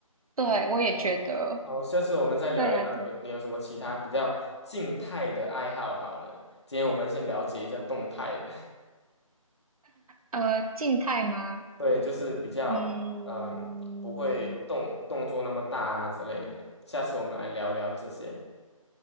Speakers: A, on the right; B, on the left.
A: 对，我也觉得，
B: 呃好，下次我们再聊一聊有，
A: 对呀、对，
B: 你有什么其他比较静态的爱好？好了，今天我们先了解一下动态的，
A: 呃，静态吗？
B: <laughs> 对，就是比较嗯、
A: 嗯，
B: 不会动动作那么大啊之类的。下次我们来聊聊这些。